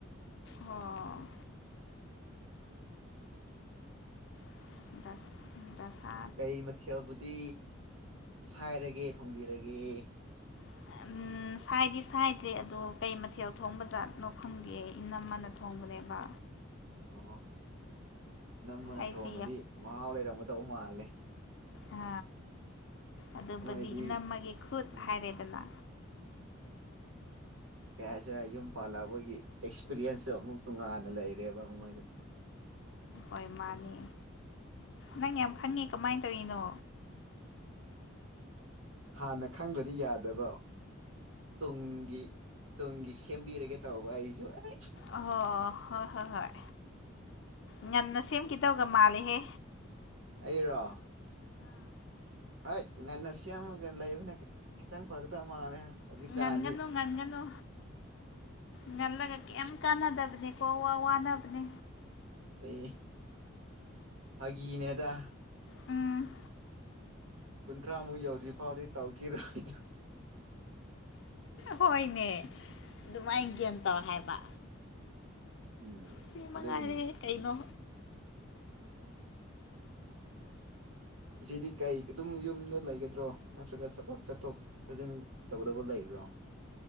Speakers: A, on the left (about 60°); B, on the right (about 80°).
A: ꯑꯣ <unintelligible> ꯗꯥꯁ ꯎꯝ ꯗꯥꯁꯥ
B: ꯀꯩ ꯃꯊꯦꯜꯕꯨꯗꯤ ꯁꯥꯏꯔꯒꯦ ꯊꯣꯡꯕꯤꯔꯒꯦ
A: <unintelligible> ꯎꯝ ꯁꯥꯏꯗꯤ ꯁꯥꯏꯗ꯭ꯔꯦ ꯑꯗꯣ ꯀꯩ ꯃꯊꯦꯜ ꯊꯣꯡꯕ ꯖꯠꯅꯣ ꯈꯪꯗꯦꯌꯦ ꯏꯅꯝꯃꯅ ꯊꯣꯡꯕꯅꯦꯕ
B: ꯑꯣ ꯑꯣ ꯅꯝꯃꯥꯅ
A: ꯑꯩꯁꯦ
B: ꯊꯣꯡꯉꯥꯗꯤ ꯃꯍꯥꯎ ꯂꯩꯔꯝꯒꯗꯧ ꯃꯥꯜꯂꯦ
A: ꯑ ꯑꯗꯨꯕꯨꯗꯤ
B: ꯃꯣꯏꯗꯤ
A: ꯏꯅꯝꯃꯒꯤ ꯈꯨꯠ
B: ꯑ
A: ꯍꯥꯏꯔꯦꯗꯅ
B: ꯀꯩ ꯍꯥꯏꯁꯤꯔꯥ ꯌꯨꯝ ꯄꯥꯜꯂꯑꯕꯒꯤ ꯑꯦꯛꯁꯄꯤꯔꯤꯌꯦꯟꯁꯇꯣ ꯑꯃꯨꯛ ꯇꯣꯡꯉꯥꯟ ꯂꯩꯔꯦꯕ ꯃꯣꯏꯗ
A: ꯑꯣꯏ ꯃꯥꯥꯅꯦ ꯅꯪ ꯌꯥꯝ ꯈꯪꯉꯦ ꯀꯃꯥꯏ ꯇꯧꯔꯤꯅꯣ
B: ꯍꯥꯟꯅ ꯈꯪꯗ꯭ꯔꯗꯤ ꯌꯥꯗꯕ ꯇꯨꯡꯒꯤ ꯇꯨꯡꯒꯤ ꯁꯦꯝꯕꯤꯔꯒꯦ ꯇꯧꯕ ꯑꯩꯖꯨ ꯑꯩ
A: ꯑꯣꯍꯣ ꯍꯣꯏ ꯍꯣꯏ ꯍꯣꯏ ꯉꯟꯅ ꯁꯦꯝꯀꯤꯗꯣꯒ ꯃꯥꯂꯦꯍꯦ
B: ꯑꯩꯔꯣ ꯑꯏ ꯉꯟꯅ ꯁꯦꯝꯃꯒ ꯂꯩꯕꯅ ꯈꯤꯇꯪ ꯐꯒꯗꯕ ꯃꯥꯜꯂꯦ ꯍꯧꯖꯤꯛꯀꯥꯟꯗꯤ
A: ꯉꯟꯒꯅꯨ ꯉꯟꯒꯅꯨ ꯉꯜꯂꯒ ꯀꯩꯝ ꯀꯥꯟꯅꯗꯕꯅꯦꯀꯣ ꯋꯥ ꯋꯥꯅꯕꯅꯦ
B: ꯑ ꯐꯒꯤꯅꯦꯗ
A: ꯎꯝ
B: ꯀꯨꯟꯊ꯭ꯔꯥꯃꯨꯛ ꯌꯧꯗ꯭ꯔꯤ ꯐꯥꯎꯗꯤ ꯇꯧꯈꯤꯔꯣꯏ
A: ꯍꯣꯏꯅꯦ ꯑꯗꯨꯃꯥꯏꯅ ꯒ꯭ꯌꯥꯟ ꯇꯧ ꯍꯥꯏꯕ
B: ꯎꯝ
A: ꯁꯤ
B: ꯑꯗꯨꯅꯦ
A: ꯃꯉꯥꯏꯔꯦ ꯀꯩꯅꯣ
B: ꯁꯤꯗꯤ ꯀꯩ ꯑꯗꯨꯝ ꯌꯨꯝꯗ ꯂꯩꯒꯗ꯭ꯔꯣ ꯅꯠꯇ꯭ꯔꯒ ꯆꯕꯛ ꯆꯠꯊꯣꯛ ꯖꯤꯟ ꯇꯧꯒꯗꯕ ꯂꯩꯕ꯭ꯔꯣ